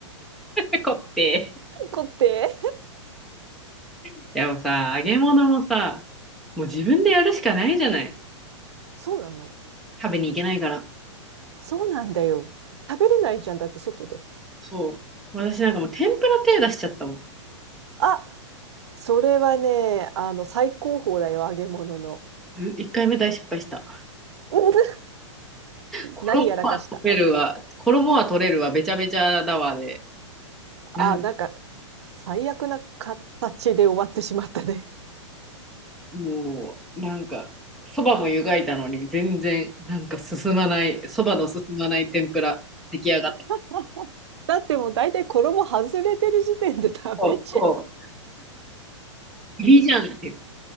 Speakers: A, in the centre; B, on the right.
A: ペコって。
B: <laughs> 子って。
A: いや、もうさ、揚げ物もさ、もう自分でやるしかないじゃない。
B: そうなの。
A: 食べに行けないから。
B: そうなんだよ。食べれないじゃん。だって外で。
A: そう。私なんかもう天ぷら手出しちゃったもん。
B: あ、それはね、あの、最高峰だよ、揚げ物の。
A: うん一回目大失敗した。
B: <laughs>
A: 衣は取れるわ、
B: 何やらかした。
A: 衣は取れるわ、べちゃべちゃだわで、
B: あ、
A: なんか、
B: なんか、最悪な形で終わってしまったね。
A: もう、なんか、そばも湯がいたのに、全然、なんか進まない、そばの進まない天ぷら、出来上がった。
B: <laughs> だってもう大体衣外れてる時点で <laughs> 食べちゃ
A: そうそう。エビじゃんっていう。